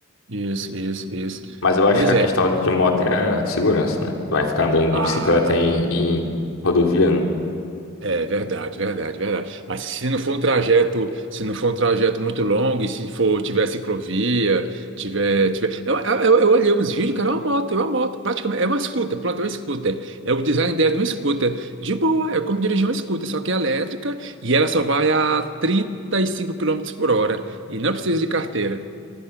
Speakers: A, on the right; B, on the left.
A: Isso, isso, isso.
B: Mas eu acho
A: Pois
B: que a
A: é.
B: questão de moto é a segurança, né? Vai ficar andando de
A: Ah.
B: bicicleta em, em rodovia, né?
A: É verdade, verdade, verdade. Mas se não for um trajeto, se não for um trajeto muito longo, e se for, tiver ciclovia, tiver, tiver... Eu, eu, eu olhei uns vídeos, cara, é uma moto, é uma moto, praticamente, é uma scooter, pronto, é uma scooter. É o design dela de uma scooter. De boa, é como dirigir uma scooter, só que é elétrica e ela só vai a 35 quilômetros por hora e não precisa de carteira.